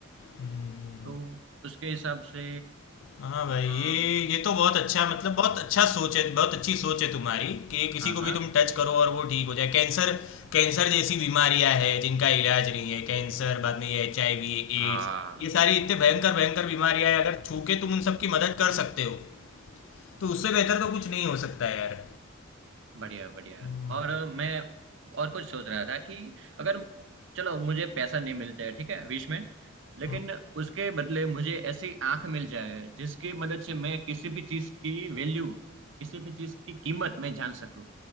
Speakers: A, on the left (about 65°); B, on the right (about 60°).
A: हुँ, हुँ।
B: तो उसके हिसाब से
A: हाँ भाई
B: अम,
A: ये ये तो बहुत अच्छा
B: क्या
A: मतलब बहुत अच्छा सोच है बहुत अच्छी सोच है तुम्हारी कि किसी
B: हाँ
A: को भी
B: हाँ
A: तुम टच करो और वो ठीक हो जाए कैंसर कैंसर जैसी बीमारियां हैं जिनका इलाज नहीं है कैंसर बाद में ये एच आई वी
B: हाँ
A: एड्स ये सारी इतने भयंकर भयंकर बीमारियां हैं अगर छू के तुम उन सब की मदद कर सकते हो तो उससे बेहतर तो कुछ नहीं हो सकता है यार
B: बढ़िया बढ़िया
A: हम्म,
B: और मैं और कुछ सोच रहा था कि अगर चलो मुझे पैसा नहीं मिलता है ठीक है विश में लेकिन
A: हम्म,
B: उसके बदले मुझे ऐसी आंख मिल जाए जिसकी मदद से मैं किसी भी चीज की वैल्यू किसी भी चीज की कीमत मैं जान सकूं